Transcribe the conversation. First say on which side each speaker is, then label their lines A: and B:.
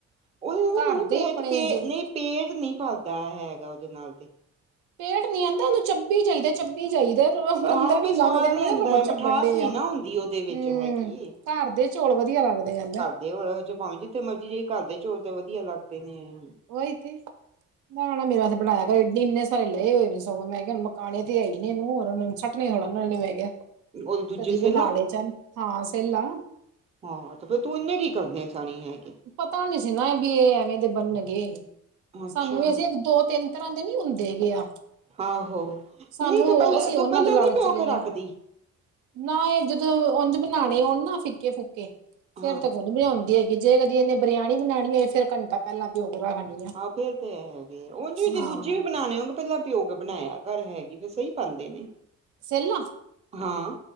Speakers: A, on the right (about 20°); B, on the right (about 80°).
A: ਉਹਦੇ ਨਾਲ
B: ਘਰ
A: ਨਾ ਮ
B: ਦੇ
A: ਪੇਟ
B: ਆਪਣੇ
A: ਪੇ
B: ਹੈਂ
A: ਨਹੀਂ ਪੇਟ ਨਹੀ ਭਰਦਾ ਹੈਗਾ ਉਹਦੇ ਨਾਲ ਤੇ
B: ਪੇਟ ਨੀ ਆਂਦਾ, ਉਹਨੂੰ ਚੱਬੀ ਜਾਹੀਦਾ, ਚੱਬੀ ਜਾਹੀਦਾ। ਨੰਦਰ
A: ਆਹੋ
B: ਨੀ
A: ਵੀ ਸਵਾਦ
B: ਲੰਘਦੇ, ਇਵੇ
A: ਨੀ
B: ਲਗਦਾ
A: ਆਉਂਦਾ
B: ਰਬੜ
A: ਹੈ
B: ਚੱਬਣ
A: ਮਿਠਾਸ
B: ਡੇ
A: ਨੀ
B: ਆ,
A: ਨਾ ਹੁੰਦੀ ਉਹਦੇ
B: ਹਮ
A: ਵਿੱਚ ਹੈਗੀ
B: ਘਰ ਦੇ ਚੌਲ ਵਧੀਆ ਲੱਗਦੇ ਕਿਹਦਾ।
A: <unintelligible> ਪਾਵੇ ਜਿੱਥੇ ਮਰਜੀ ਜਾਈਏ ਘਰਦੇ ਚੋਲ ਤੇ ਵਧੀਆ ਲੱਗਦੇ ਨੇ।
B: ਓਹੀ ਤੇ। ਦਾਣਾ ਮੇਰਾ ਥ ਬਣਾਇਆ ਘਰੇ, ਇੰਨੇ ਸਾਰੇ ਲਏ ਹੋਏ ਨੇ ਸਗੋਂ ਮੈਂ ਕਿਹਾ ਮਕਾਣੇ ਤੇ ਆਈ ਨੇ ਇਹਨੂੰ ਹੋਰ ਸ ਹੋਣਾ ਉਹਨਾਂ ਨੇ ਮੈਂ ਕਿਹਾ,
A: ਉਹ ਦੂਜੇ
B: ਕਦੀ
A: ਸੇਲਾ
B: ਵੀ ਨਾਲੇ ਚ ਹਾਂ ਸੇਲਾ
A: ਆਹੋ ਤੇ ਫੇਰ ਤੂੰ ਇੰਨੇ ਕੀ ਕਰਦੇ ਆ ਸਾਣੀ ਹੈਗੀ।
B: ਪਤਾ ਨੀ ਸੀ ਨਾ ਵੀ ਇਹ ਐਵੇਂ ਦੇ ਬਣਨ ਗਏ,
A: ਅੱਛਾ
B: ਸਾਨੂੰ ਵੀ ਅਸੀਂ ਇੱਕ ਦੋ ਤਿੰਨ ਤਰ੍ਹਾਂ ਦੇ ਨੀ ਹੁੰਦੇ ਹੇਗੇ ਆ।
A: ਆਹੋ
B: ਸਾਨੂੰ
A: ਨਹੀਂ ਤੂੰ ਪਹਿਲੇ
B: ਅਸੀਂ
A: ਤੂੰ
B: ਉਹਨਾਂ
A: ਪਹਿਲਾਂ
B: ਦੇ ਲਾਲਚ
A: ਨੀ ਪਿਓ
B: ਚ ਲੈ
A: ਕੇ ਰੱਖਦੀ‌।
B: ਲਏ ਨਾ ਇਹ ਜਦੋਂ ਉਝ ਬਣਾਨੇ ਆਣ ਨਾ ਫਿੱਕੇ -ਫੁਕੇ ਫਿਰ
A: ਹਾਂ
B: ਤ ਬਣਾਉਦੀ ਹੈਗੀ, ਜੇ ਕਦੀ ਇਹਨੇ ਬਰਿਆਣੀ ਬਣਾਉਣੀ ਹੋਵੇ ਫੇਰ ਘੰਟਾ ਪਹਿਲਾਂ ਪੀਂਓ ਕੇ ਰੱਖਦੀ ਆ।
A: ਹਾਂ ਫੇਰ ਤੇ ਇਹ ਵੀ ਉਝ ਵੀ ਜੇ
B: ਹਾਂ
A: ਦੂਜੀ ਵੀ ਬਣਾਣੇ ਹੋਗੇ ਪਹਿਲਾਂ ਭਿਉਂ ਕੇ ਬਣਾਇਆ ਕਰ, ਹੈਗੀ ਫਿਰ ਸਹੀ ਬੰਣਦੇ ਨੇ
B: ਸੇਲਾ,
A: ਹਾਂ